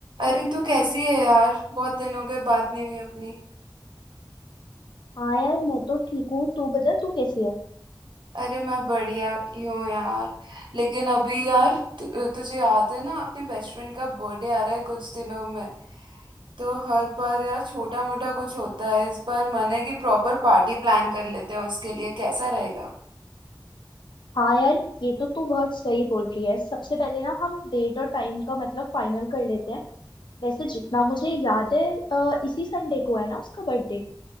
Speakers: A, on the right (about 70°); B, on the left (about 70°).
A: अरे तू कैसी है यार बहुत दिन हो गए बात नहीं हुई अपनी
B: हाँ यार मैं तो ठीक हूँ तू बता तू कैसी है
A: अरे मैं बढ़िया ही हूँ यार लेकिन अभी यार तु, तुझे याद है ना अपने बेस्ट फ्रेंड का बर्थडे आ रहा है कुछ दिनों में तो हर बार यार छोटा मोटा कुछ होता है इस बार मन है कि प्रॉपर पार्टी प्लान कर लेते हैं उसके लिए कैसा रहेगा
B: हाँ यार ये तो तू बहुत सही बोल रही है सबसे पहले ना हम डेट और टाइम का मतलब फाइनल कर लेते हैं वैसे जितना मुझे याद है अ, इसी संडे को है ना उसका बर्थडे